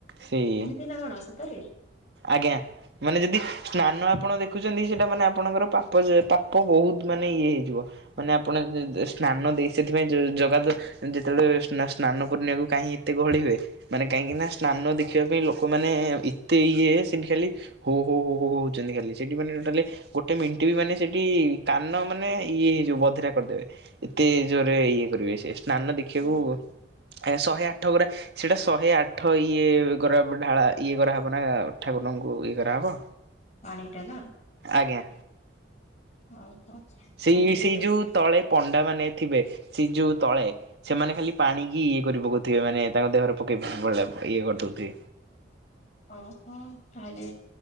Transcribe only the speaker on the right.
ସେଇ
ଆଜ୍ଞା ମାନେ ଯଦି ସ୍ନାନ ଆପଣ ଦେଖୁଛନ୍ତି ସେଇଟା ମାନେ ଆପଣଙ୍କର ପାପ ଯେ ପାପ ବହୁତ ମାନେ ଇଏ ହେଇଯିବ। ମାନେ ଆପଣ <unintelligible> ସ୍ନାନ ଦେଇ ସେଥିପାଇଁ ଜ ଜଗା ତ ଯେତେବେଳେ ସ୍ନ ସ୍ନାନ ପୂର୍ଣ୍ଣିମା କୁ କାହିଁ ଏତେ ଗହଳି ହୁଏ, ମାନେ କାହିଁକି ନା ସ୍ନାନ ଦେଖିବା ପାଇଁ ଲୋକମାନେ ଏତେ ଇଏ ସେଠି ଖାଲି ହୋ-ହୋ-ହୋ-ହୋ ହଉଛନ୍ତି ଖାଲି ସେଠି ମାନେ ଟୋଟାଲି ଗୋଟେ ମିନଟ ବି ମାନେ ସେଠି କାନ ମାନେ ଇଏ ହେଇଯିବ ବଧିରା କରିଦେବେ। ଏତେ ଜୋରରେ ଇଏ କରିବେ ସେ ସ୍ନାନ ଦେଖିବାକୁ
ଉ ଶହେ ଆଠ ଗରା ସେଇଟା ଶହେ ଆଠ ଇଏ ଗରା ଢାଳା ଇଏ ଗରା ହବନା ନା ଠାକୁରଙ୍କୁ ଇଏ ଗରା ହବ।
ଆଜ୍ଞା
ସେଇ
ସେଇ ଯୋଉ ତଳେ ପଣ୍ଡା ମାନେ ଥିବେ ସେ ଯୋଉ ତଳେ ସେମାନେ ଖାଲି ପାଣିିକି ବୁଧିକ ମାନେ ତାଙ୍କ ଦେହରେ ପକେଇ ଭଲ ଲାଗୁ ଇଏ କରିଦଉଥିବେ।